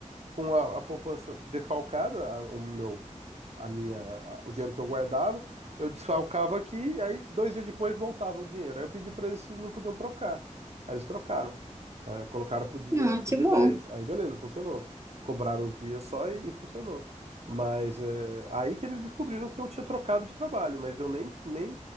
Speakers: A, on the right; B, on the right.
A: com a, a poupança defalcada, a- o meu, a minha, a- o dinheiro que eu guardava, eu desfalcava aqui, aí dois dias depois voltava o dinheiro. Aí eu pedi para eles se não podiam trocar. Aí eles trocaram, é, colocaram pro dia,
B: Ah,
A: pro
B: que
A: dia
B: bom.
A: 10. Aí beleza, funcionou. Cobraram os dias só e, e funcionou. Mas é, aí que eles descobriram que eu tinha trocado de trabalho, mas eu nem, nem,